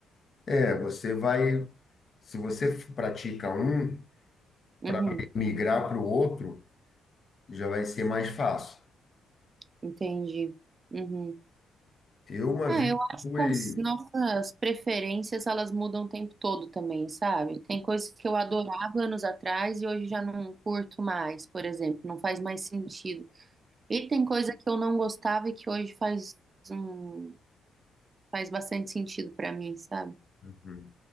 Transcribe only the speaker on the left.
é, você vai, se você f- pratica um,
para migrar para o outro, já vai ser mais fácil.
Eu uma
vez
fui.
Uhum.